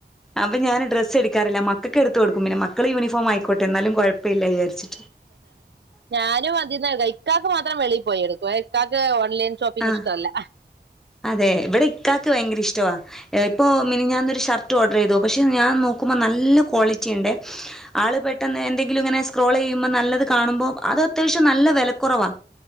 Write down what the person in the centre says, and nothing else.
അപ്പ ഞാൻ ഡ്രസ് എടുക്കാറില്ല മക്കൾക്ക് എടുത്ത് കൊടുക്കും പിന്നെ മക്കള് യൂണഫോ ആയിക്കോട്ടെ എന്നാലും കുഴപ്പമില്ല വിചരിച്ചി
ആഹ്
അതെ ഇവിടെ ഇക്കാക്ക് ഭയങ്കര ത് ഇഷ്ടമാണ് ഇപ്പോൾ മീനി ഞാനൊരുഷർട്ട് ഓഡർ ചെയ്തു. പക്ഷേ ഞാൻ നോക്കുമ്പോൾ നല്ല ക്വാളിറ്റി ഉണ്ട്. ആൽ എന്തങ്കിലും ഇങ്ങനെ സ്ക്രോൾ ചെയ്യുമ്പോൾ നല്ലത് കാണുമ്പോ അത്യാവശ്യം നല്ല വിലക്കുറവാാണ്.